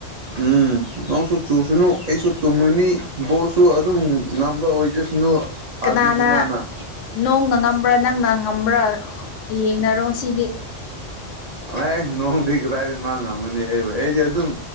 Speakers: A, on the right; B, on the left.
A: ꯎꯝ ꯅꯪꯁꯨ ꯆꯨꯁꯅꯨ ꯑꯩꯁꯨ ꯇꯨꯝꯉꯨꯅꯤ ꯕꯣꯜꯁꯨ ꯑꯗꯨꯝ ꯉꯝꯅꯕ ꯑꯣꯏꯖꯁꯅꯨ ꯑꯥꯔꯖꯦꯟꯇꯤꯅꯥꯅ
B: ꯀꯅꯥꯅ ꯅꯣꯡꯅ ꯉꯝꯕ꯭ꯔꯥ ꯅꯪꯅ ꯉꯝꯕ꯭ꯔꯥ ꯌꯦꯡꯅꯔꯣ ꯁꯤꯗꯤ
A: ꯑꯦ ꯅꯣꯡꯗꯤ ꯀꯗꯥꯏꯗꯒꯤ ꯃꯥ ꯉꯝꯃꯨꯅꯤ ꯑꯩꯕ ꯑꯩꯗꯤ ꯑꯗꯨꯝ